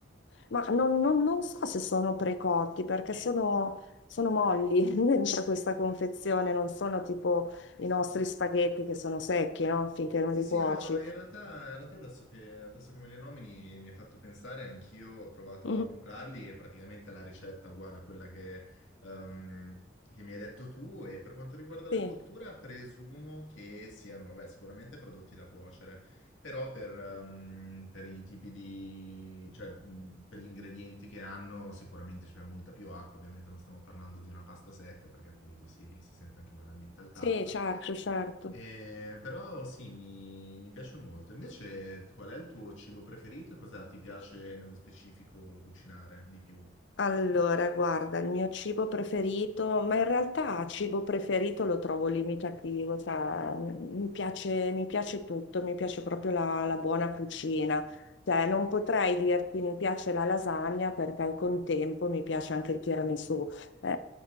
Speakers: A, on the left (about 70°); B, on the left (about 85°).
A: ma non, non- non so se sono precotti perché sono, sono molli <laughs> dentro questa
B: eh,
A: confezione, non sono tipo i nostri
B: sì.
A: spaghetti che sono secchi, no? Finché non
B: Sì,
A: li
B: sì,
A: cuoci.
B: no, in realtà, in realtà adesso che, adesso che me li nomini mi hai fatto pensare, anch'io ho provato
A: Mhm.
B: a comprarli e praticamente la ricetta è uguale a quella che, ehm, che mi hai detto tu e per quanto riguarda la
A: Sì,
B: cottura presumo che siano, beh, sicuramente prodotti da cuocere, però per, ehm, per i tipi di, cioè, mh, per gli ingredienti che hanno sicuramente c'è molta più acqua, ovviamente non stiamo parlando di una pasta secca perché appunto si si sente anche banalmente al tatto.
A: sì, certo, certo.
B: Eh, però sì, mi, mi piace molto. Invece, qual è il tuo cibo preferito e cosa ti piace nello specifico cucinare di più?
A: Allora, guarda, il mio cibo preferito, ma in realtà cibo preferito lo trovo limitativo, cioè, m- mi piace, mi piace tutto, mi piace proprio la, la buona cucina. Cioè, non potrei dirti mi piace la lasagna perché al contempo mi piace anche il tiramisù. Eh,